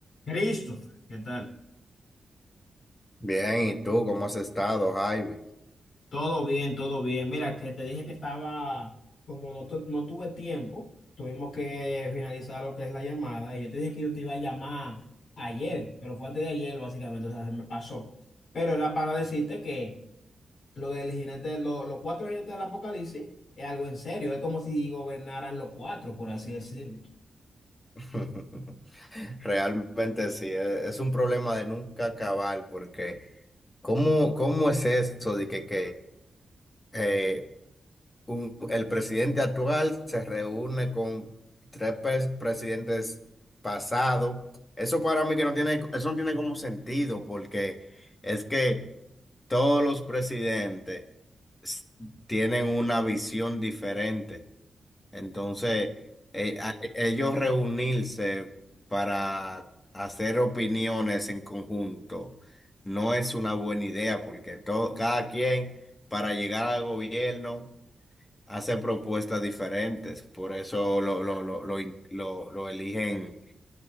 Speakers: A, on the left (about 65°); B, on the left (about 25°).
A: Christopher, ¿qué tal?
B: Bien, ¿y tú cómo has estado, Javi?
A: Todo bien, todo bien. Mira, que te dije que estaba, como no, tu- no tuve tiempo, tuvimos que finalizar lo que es la llamada y yo te dije que yo te iba a llamar ayer, pero fue antes de ayer, básicamente, o sea, se me pasó. Pero era para decirte que lo del jinete, lo- los cuatro jinetes del apocalipsis es algo en serio, es como si gobernaran los cuatro, por así decirlo.
B: <laughs> Realmente sí, e- es un problema de nunca acabar, porque ¿cómo, cómo es eso de que, que eh, un- el presidente actual se reúne con tres pres- presidentes pasados? Eso para mí que no tiene, eso no tiene como sentido, porque es que todos los presidentes s- tienen una visión diferente. Entonces, eh, a- ellos reunirse para hacer opiniones en conjunto no es una buena idea porque todo, cada quien para llegar al gobierno hace propuestas diferentes. Por eso lo, lo, lo, lo, in- lo- lo eligen